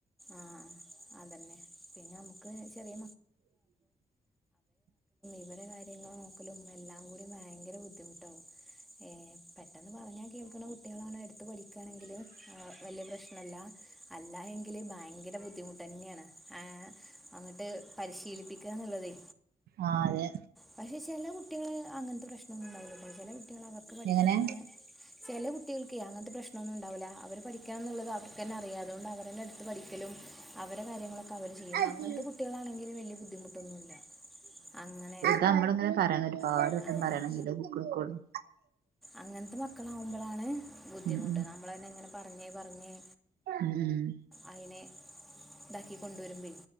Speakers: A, in the centre; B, on the right.
A: ആഹ് അതന്നെ പിന്നെ നമുക്ക് ചെറിയ ഇവടെ കാര്യങ്ങൾ നോക്കലും എല്ല കൂടി ഭയങ്കര ബുദ്ധിമുട്ടാാവും ഏ പെട്ടെന്ന് പറഞ്ഞാ കേൾക്കുന്ന കുട്ടികള പഠിക്കണെങ്കിൽ വലിയ പ്രശ്നല്ല അല്ല ഭയങ്കര ബുദ്ധിമുട്ട് തന്നെയാണ് ആ അങ്ങോട്ട് പരിശീലിപ്പിക്കുകന്നുള്ളത്േ
B: ആ അതെ
A: പക്ഷെ ചില കുട്ടികള് അങ്ങനത്തെ പ്രശ്നൊന്നും ഉണ്ടാവില്ല ചെ കുട്ടികൾ അവർക്ക് പഠിക്കണം
B: എങ്ങനെ
A: ചില കുട്ടികൾക്ക്േ അങ്ങനത്തെ പ്രശ്നംന്നും ഉണ്ടാവില്ല അവര് പഠിക്കണംന്ന എന്നുള്ളത് അവർക്ക്ന്നെ അറിയാം അതുകൊണ്ട് അവന്നെടു പഠിക്കലും അവരെ കാര്യങ്ങളൊക്കെ അവര് ചെയ്യും
B: ആഹ്
A: അങ്ങനത്തെ കുട്ടികളാണെങ്കിലും വലിയ ബുദ്ധിമുട്ടൊന്നുമല്ല അങ്ങനെ
B: നമ്മള ഇങ്ങനെ പറയണം ഒരുപാട്
A: പോവും
B: വട്ടം പറയണെങ്കിൽ ബുക്കക്കളും
A: അങ്ങനത്തെ മക്കളാാവുമ്പോളാണ് ബുദ്ധിമുട്ട്
B: ഉം ഉം
A: നമ്മളെ എങ്ങനെ പറഞ്ഞേ പറഞ്ഞേ
B: ഉം ഉം
A: അയിെ ഇതാക്കി കൊണ്ടുവ വരുമ്പയി